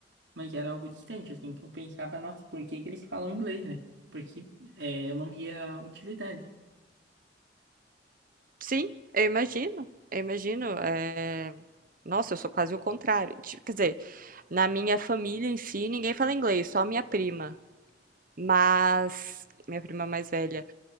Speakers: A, on the right; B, on the right.
A: mas era algo distante, assim, que eu pensava, nossa, por que que eles falam inglês, né? Porque é, eu não via utilidade.
B: Sim, eu imagino, eu imagino. é, Nossa, eu sou quase o contrário. Tipo, quer dizer, na minha família em si, ninguém fala inglês, só minha prima. Mas, minha prima mais velha.